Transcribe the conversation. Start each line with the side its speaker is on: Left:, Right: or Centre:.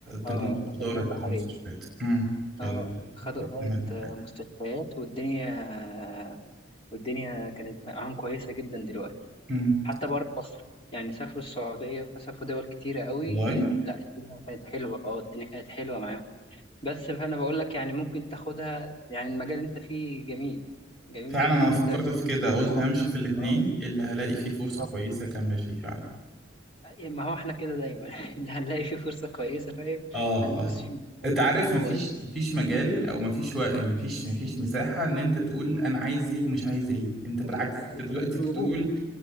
Centre: دبلومة
Left: اه الاكاديميه
Centre: إدارة
Left: البحريه
Centre: المستشفيات مم. في
Left: اه
Centre: ال-
Left: خدوا
Centre: الأكاديمية
Left: اداره
Centre: البحرية
Left: آه، مستشفيات والدنيا آه، والدنيا كانت معاهم كويسه جدا دلوقتي
Centre: مم.
Left: حتى بره مصر يعني سافروا السعوديه فسافروا دول كتيره قوي
Centre: والله
Left: لا الدنيا كانت حلوه اه الدنيا كانت حلوه معاهم بس فانا بقول لك يعني ممكن تاخدها يعني المجال اللي انت فيه جميل جميل
Centre: فعلا
Left: جدا
Centre: أنا
Left: وانت
Centre: فكرت في كده
Left: خبرة
Centre: قلت
Left: سبع
Centre: همشي
Left: سنين
Centre: في الاتنين
Left: اه
Centre: اللي هلاقي فيه فرصة
Left: بالظبط
Centre: كويسة أكمل فيه فعلا
Left: ما هو احنا كده دايما <laughs> اللي هنلاقي فيه فرصة كويسة فاهم
Centre: اه
Left: هندوس
Centre: اه
Left: فيه
Centre: انت
Left: ايا
Centre: عارف
Left: كان هو
Centre: مفيش
Left: ايه
Centre: مفيش مجال او مفيش و... مفيش مفيش مساحة ان انت تقول انا عايز ايه ومش عايز ايه انت بالعكس
Left: لا لا لا
Centre: انت
Left: لا،
Centre: دلوقتي
Left: اللي موجود
Centre: بتقول